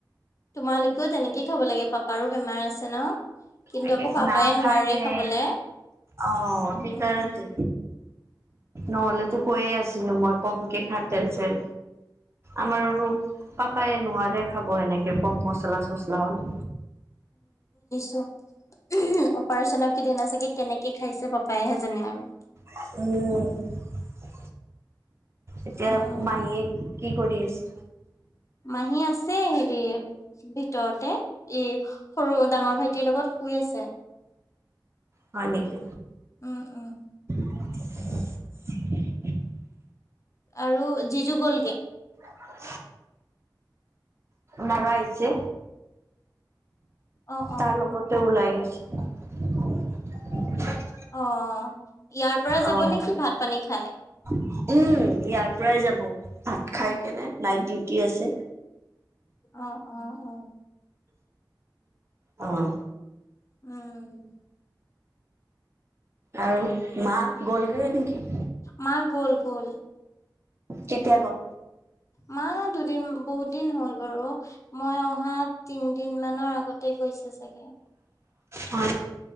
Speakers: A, on the left; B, on the right.
A: তোমালোকেও তেনেকে খাব লাগে পাপাৰো বেমাৰ আছে ন কিন্তু
B: এনকে
A: আকৌ পাপাই
B: নাখাই
A: নোৱাৰে
B: যে
A: খাবলে।
B: অ সেই
A: উম,
B: কাৰণেটো নহ'লে তো কৈয়ে আছিলো মই কমকে খা তেল চেল আমাৰ আৰু পাপায়ে নোৱাৰে খাব এনেকে কম মচলা চচলা হলে
A: অপাৰেচন কেইদিনা চাগে কেনেকে খাইছে পাপাই হে জানে আৰু
B: উম এতিয়া
A: উম।
B: মাহীয়ে কি কৰি আছে
A: মাহী আছে হেৰি ভিতৰতে এ সৰু ডাঙৰ ভাইটিৰ লগত শুই আছে
B: হয় নিকি
A: উম - উম।
B: <inaudible>
A: আৰু যিজু গ'লগে।
B: <inaudible> মৰা আহিছে
A: অ অ।
B: তাৰ লগতে ওলাই গৈছে। <unintelligible>
A: অ, ইয়াৰ পৰা
B: অ
A: যাব নে কি ভাত পানী খাই।
B: উম, ইয়াৰ পৰাই যাব ভাত খাই কেনে নাইট ডিউটি আছে।
A: অ - অ - অ।
B: অহ ',
A: উম,
B: আৰু মা গ'লগৈয়ে নেকি?
A: মা গ'ল গল।
B: কেতিয়া গল।
A: মা দুদিন বহুত দিন হ'ল বাৰু মই অহা তিনদিন মানৰ আগতে গৈছে চাগে।
B: উম,